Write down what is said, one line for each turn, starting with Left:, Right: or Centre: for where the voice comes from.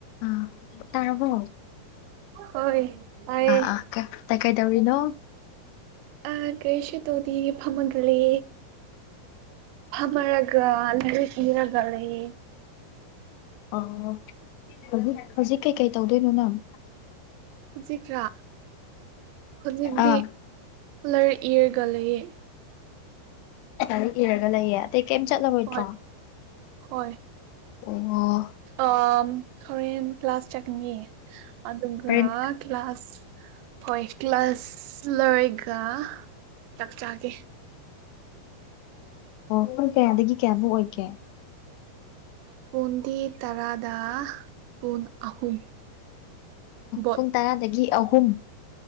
Left: ꯑ ꯇꯥꯔꯔꯕꯣ
Right: ꯍꯣꯏ ꯇꯥꯏꯌꯦ
Left: ꯑꯥ ꯑꯥ ꯇꯥꯏ ꯀꯥꯏ ꯇꯧꯔꯤꯅꯣ
Right: ꯑ ꯀꯩꯁ ꯇꯣꯗꯤ ꯐꯃꯒꯦ ꯐꯃꯔꯒ ꯍꯔꯒ ꯂꯩꯦ
Left: ꯍꯧꯖꯤꯛ ꯍꯧꯖꯤꯛ ꯀꯩꯀꯩ ꯇꯧꯗꯣꯏꯅꯣ ꯅꯪ
Right: ꯍꯧꯖꯤꯛꯔꯥ ꯍꯧꯖꯤꯛꯇꯤ
Left: ꯑꯥ
Right: ꯂꯥꯏꯔꯤꯛ ꯏꯔꯒ ꯂꯩꯌꯦ
Left: ꯂꯥꯏꯔꯤꯛ ꯏꯔꯒ ꯂꯩꯌꯦ ꯑꯇꯩ ꯀꯩꯝ ꯆꯠꯂꯔꯣꯏꯗ꯭ꯔꯣ
Right: ꯍꯣꯏ ꯍꯣꯏ
Left: ꯑꯣ
Right: ꯑ ꯍꯣꯔꯦꯟ ꯀ꯭ꯂꯥꯁ ꯆꯠꯀꯅꯤ ꯑꯗꯨꯒ
Left: ꯍꯣꯔꯦꯟ
Right: ꯀ꯭ꯂꯥꯁ ꯍꯣꯏ ꯀ꯭ꯂꯥꯁ ꯂꯣꯏꯔꯒ ꯆꯥꯛꯆꯒꯦ
Left: ꯑꯣ ꯄꯨꯡ ꯀꯌꯥꯗꯒꯤ ꯀꯌꯥꯕꯨꯛ ꯑꯣꯏꯒꯦ
Right: ꯄꯨꯡꯗꯤ ꯇꯔꯥꯗ ꯄꯟ ꯑꯍꯨꯝ ꯕꯣꯠ
Left: ꯄꯨꯡ ꯇꯔꯥꯗꯒꯤ ꯑꯍꯨꯝ